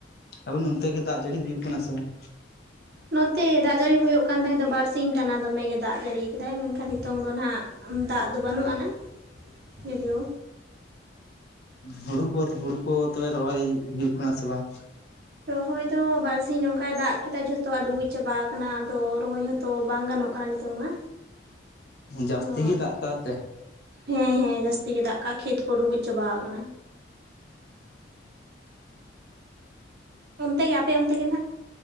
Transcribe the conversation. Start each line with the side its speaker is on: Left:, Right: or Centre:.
Left: ᱟᱵᱮᱱ ᱚᱱᱛᱮ ᱜᱮ ᱫᱟᱜ ᱡᱟᱹᱲᱤ ᱦᱩᱭᱩᱜ ᱠᱟᱱᱟ ᱥᱮ ᱵᱟᱝ?
Right: ᱱᱚᱛᱮ ᱫᱟᱜ ᱡᱟᱹᱲᱤ ᱦᱩᱭᱩᱜ ᱠᱟᱱ ᱛᱟᱦᱮᱸ ᱫᱚ ᱵᱟᱨ ᱥᱤᱧ ᱴᱟᱱᱟ ᱫᱚᱢᱮᱜᱮ ᱫᱟᱜ ᱡᱟᱹᱲᱤ ᱠᱟᱫᱟᱭ ᱢᱮᱱᱠᱷᱟᱱ ᱱᱤᱛᱚᱝ ᱫᱚ ᱱᱟᱦᱟᱜ ᱫᱟᱜ ᱫᱚ ᱵᱟᱱᱩᱜ ᱟᱱᱟ ᱡᱚᱫᱤᱭᱚ
Left: ᱦᱩᱲᱩ ᱠᱚ ᱦᱩᱲᱩ ᱠᱚ ᱛᱚᱵᱮ ᱨᱚᱦᱚᱭ ᱦᱩᱭᱩᱜ ᱠᱟᱱᱟ ᱥᱮ ᱵᱟᱝ?
Right: ᱨᱚᱦᱚᱭ ᱫᱚ ᱵᱟᱨᱥᱤᱧ ᱱᱚᱝᱠᱟᱭ ᱫᱟᱜ ᱠᱮᱫᱟ ᱡᱷᱚᱛᱚᱣᱟᱜ ᱰᱩᱵᱩᱡ ᱪᱟᱵᱟ ᱟᱠᱟᱱᱟ ᱟᱫᱚ ᱨᱚᱦᱚᱭ ᱦᱚᱛᱚ ᱵᱟᱝ ᱜᱟᱱᱚᱜ ᱠᱟᱱᱟ ᱱᱤᱛ ᱚᱝ ᱢᱟ
Left: ᱡᱟᱹᱥᱛᱤ
Right: ᱟᱫᱚ
Left: ᱜᱮ ᱫᱟᱜ ᱠᱟᱜ ᱛᱮ
Right: ᱦᱮᱸ ᱦᱮᱸ ᱡᱟᱹᱥᱛᱤ ᱜᱮ ᱫᱟᱜ ᱠᱟᱜ-ᱟ ᱠᱷᱮᱛ ᱠᱚ ᱰᱩᱵᱩᱡ ᱪᱟᱵᱟ ᱟᱠᱟᱱᱟ, ᱚᱱᱛᱮ ᱜᱮ ᱟᱯᱮ ᱚᱱᱛᱮᱜᱮ ᱱᱟᱦᱟᱜ